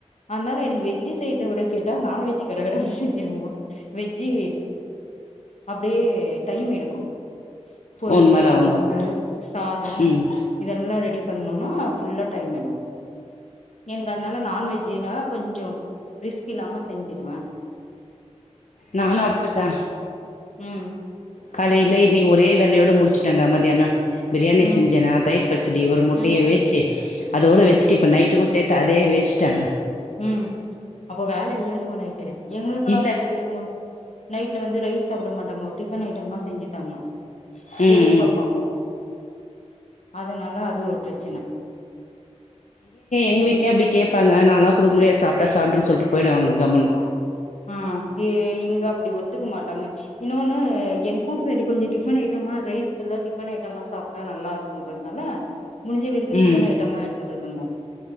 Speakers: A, on the left; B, on the left.
A: அதனால எனக்கு வெஜ்ஜி செய்யறத விட கேட்டா நான்வெஜ்ஜி கடகடை செஞ்சிருவோம் வெஜ்ஜு அப்டியே டைம் எடுக்கும் பொரியல்லு
B: உண்மதா
A: கொழம்பு
B: உண்மதா
A: சாதம்
B: ம்
A: இதெல்லாம் ரெடி பண்ணனுனா ஃபுல்லா டைம் எடுக்கும் ஏங்க அதனால நான்வஜ் கொஞ்சம் ரிஸ்க் இல்லாம செஞ்சுருவேன்
B: நானும் அப்டித்தா
A: ம்
B: காலையில இனி ஒரே வேலையோட முடிச்சுட்டாங்க மதியானா பிரியாணி
A: ம்
B: செஞ்சேனா தயிர் பச்சடி ஒரு முட்டையை
A: ம்
B: வச்சு அதோடு வச்சுட்டு இப்போ நைட்டுக்கும் சேர்த்து அதே வச்சுட்டாங்க
A: உம் அப்போ வேலை இல்லலைன்னு உனக்கு எங்களுக்கெல்லாம்
B: இல்ல
A: அப்டி கிடையாதுங்கோ நைட்ல வந்து ரைஸ் சாப்ட மாட்டாங்க ஒரு டிஃபன் ஐட்டம் தாம் செஞ்சு தரணும்
B: ம்
A: எதிர்பார்ப்பாங்க
B: ம்
A: அதனால அது ஒரு பிரச்சனை
B: எங்கவீட்லயும் அப்டி கேட்பங்க நாலாம் கொடுக்க முடியது சாப்டா சாப்டுன் சொல்லிட்டு போயி்டடுவாங்க கம்முனு
A: உம் ஏ இங்க அப்டி ஒத்துக்க மாட்டாங்க இன்னொன்னு எனக்கும் சரி கொஞ்சம் டிஃபன் ஐட்டமா ரைஸ் பல்லா டிஃபன் ஐட்டமா சாப்டா நல்லா இருக்கும்றதுனால முடிஞ்ச வரைக்கும்
B: ம்
A: டிஃபன் ஐட்டம்மா எடுத்துக்கதுங்கோ